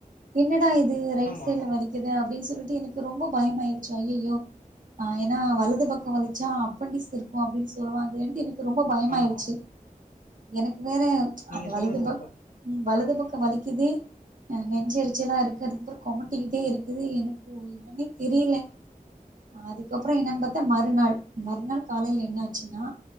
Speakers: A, on the right; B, on the left.
A: என்ன ஆ இது ரைட்
B: ஆமா,
A: சைடல வலிக்குது அப்படின் சொல்லிட்டு எனக்கு ரொம்ப பயம்மாயிருச்சு ஐயோ ஆஹ் ஏனா வலது பக்கம் வழிச்சா அப்பண்டிஸ் இருக்கும் அப்படின்னு சொல்லுவாங்க எனக்கு ரொம்ப பயமாயிடுச்சு
B: ஆமா.
A: எனக்கு வேற
B: நீங்க
A: அந்த வலது
B: சொல்றது
A: ப
B: உண்ம.
A: உம் வலது பக்கம் வலிக்குது ஹ் நெஞ்சரிச்சு எல்லாம் இருக்கு அதுக்கப்புறம் குமட்டிக்கிட்டே இருக்குது எனக்கு என்னன்னே தெரியல அதுக்கப்புறம் என்னன்னு பாத்தா மறுநாள் மறுநாள் காலையில என்ன ஆச்சுன்னா